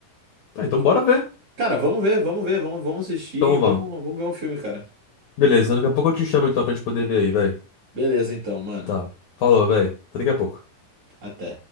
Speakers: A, on the left; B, on the right.
A: Tá, então bora ver.
B: Cara, vamos ver, vamos ver, vamos, vamos assistir,
A: Então
B: vamos,
A: vamos.
B: vamos ver um filme, cara.
A: Beleza, daqui a pouco eu te chamo então pra gente poder ver aí, velho.
B: Beleza, então, mano.
A: Tá. Falou, velho. Até daqui a pouco.
B: Até.